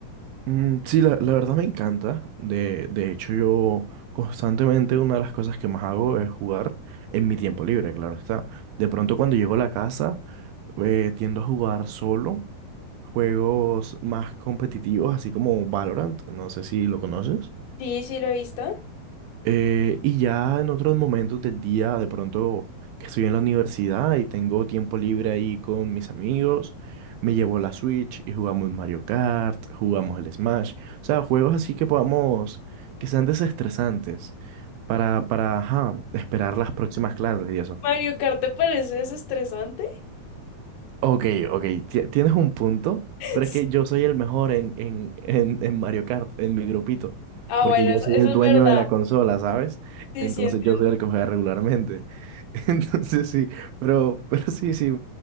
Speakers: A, on the right; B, on the left.
A: Mm, sí, la, la verdad me encanta. De, de hecho, yo constantemente una de las cosas que más hago es jugar en mi tiempo libre, claro está. De pronto cuando llego a la casa, eh, tiendo a jugar solo juegos más competitivos, así como Valorant, no sé si lo conoces.
B: Sí, sí, lo he visto.
A: Eh, y ya en otros momentos del día, de pronto que estoy en la universidad y tengo tiempo libre ahí con mis amigos, me llevo la Switch y jugamos Mario Kart, jugamos el Smash, o sea, juegos así que podamos, que sean desestresantes para, para, ajá, esperar las próximas clases y eso.
B: Mario Kart, ¿te parece desestresante? <laughs>
A: Ok, ok, ti- tienes un punto,
B: Sí.
A: pero es que yo soy el mejor en, en, <laughs> en, en Mario Kart, en mi grupito,
B: Ah,
A: porque
B: bueno,
A: yo
B: eso,
A: soy
B: eso
A: el
B: es
A: dueño
B: verdad.
A: de la consola, ¿sabes?
B: Sí,
A: Entonces
B: sí, entiendo.
A: yo soy el que juega regularmente. <laughs> Entonces sí, pero, pero sí, sí,